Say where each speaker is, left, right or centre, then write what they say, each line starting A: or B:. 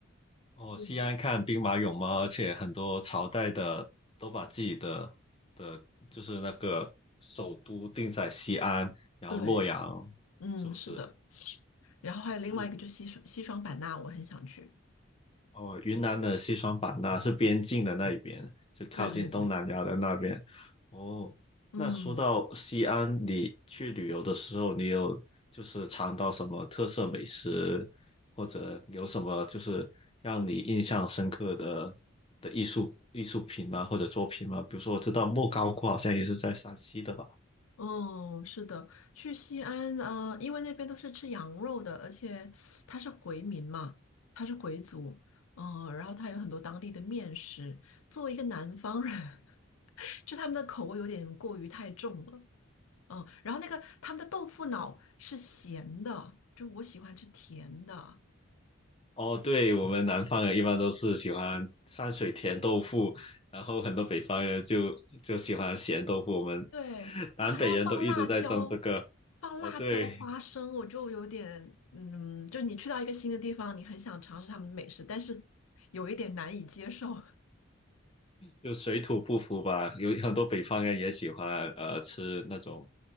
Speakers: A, on the left (about 30°); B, on the left (about 90°).
A: 哦，
B: 嗯，
A: 西安看兵马俑嘛，而且很多朝代的都把自己的的，就是那个首都定在西安，然后洛阳，
B: 对，嗯，
A: 是不是？
B: 是的。然后还有另外一个就是西双西双版纳，
A: 那你。
B: 我很想去。
A: 哦，云南的西双版纳是边境的那一边，就靠近东南亚的那边。
B: 对对对，
A: 哦，
B: 嗯
A: 那说到西安，你去旅游的时候，你有就是尝到什么特色美食，或者有什么就是让你印象深刻的的艺术艺术品吗？或者作品吗？比如说，我知道莫高窟好像也是在陕西的吧。
B: 哦，是的，去西安，呃，因为那边都是吃羊肉的，而且他是回民嘛，他是回族，嗯、然后他有很多当地的面食。作为一个南方人，<laughs> 就他们的口味有点过于太重了，嗯、然后那个他们的豆腐脑是咸的，就我喜欢吃甜的，
A: 哦，对，我们南方人一般都是喜欢山水甜豆腐，然后很多北方人就就喜欢咸豆腐。我们
B: 对，
A: <laughs> 南北人都一直在争这个。
B: 它还要放辣椒，放辣椒花生，
A: 哦，对，
B: 我就有点，嗯，就你去到一个新的地方，你很想尝试他们的美食，但是有一点难以接受。
A: 就水土不服吧。有很多北方人也喜欢呃吃那种